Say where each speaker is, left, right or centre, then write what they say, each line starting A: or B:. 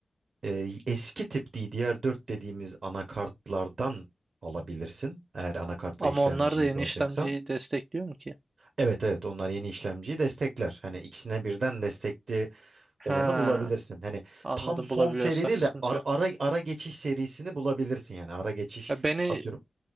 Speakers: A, on the right; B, on the right.
A: e, eski tip DDR4 dediğimiz anakartlardan alabilirsin. Eğer anakart
B: Ama
A: ve işlemciyi
B: onlar da yeni
A: de alacaksan.
B: işlemciyi destekliyor mu ki?
A: Evet evet onlar yeni işlemciyi destekler. Hani ikisine birden destekli
B: Ha,
A: olanı bulabilirsin. Hani
B: anladım
A: tam son
B: bulabiliyorsak
A: seri değil
B: sıkıntı
A: de ara,
B: yok.
A: ara, ara geçiş serisini bulabilirsin yani. Ara geçiş
B: Ya beni
A: atıyorum